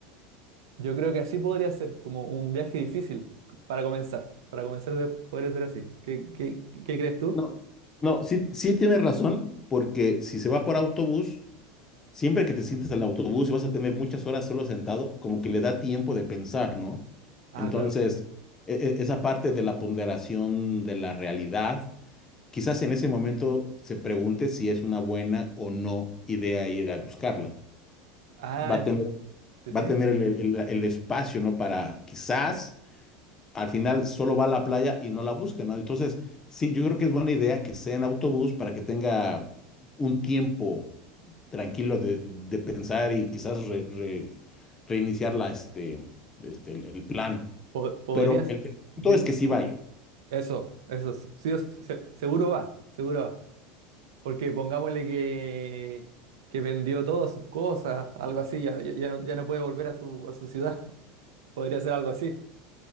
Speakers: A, on the right (about 85°); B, on the left (about 25°).
A: yo creo que así podría ser, como un viaje difícil para comenzar. Para comenzar de- podría ser así. ¿Qué, qué, qué crees tú?
B: No, no, sí, sí tienes razón, porque si se va por autobús, siempre que te sientes en el autobús y vas a tener muchas horas solo sentado, como que le da tiempo de pensar, ¿no?
A: Ah,
B: Entonces,
A: claro.
B: e- e- esa parte de la ponderación de la realidad, quizás en ese momento se pregunte si es una buena o no idea ir a buscarla.
A: Ah,
B: Va a tener,
A: sí, sí.
B: va a tener el, el- el- el espacio, ¿no? Para quizás al final solo va a la playa y no la busca, ¿no? Entonces, sí, yo creo que es buena idea que sea en autobús para que tenga un tiempo tranquilo de, de pensar y quizás re- re- reiniciar la, este, este, el, el plan.
A: Po- podrías...
B: Pero el, el
A: di-
B: punto es que sí va a ir.
A: Eso, eso, sí, o se- seguro va, seguro va. Porque pongámosle que, que vendió todas sus cosas, algo así, ya, ya, ya no, ya no puede volver a su, a su ciudad. <laughs> Podría ser algo así.